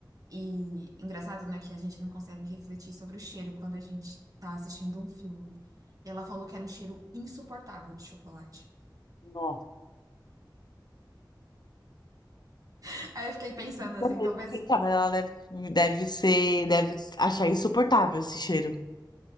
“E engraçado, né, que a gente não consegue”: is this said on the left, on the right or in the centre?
Right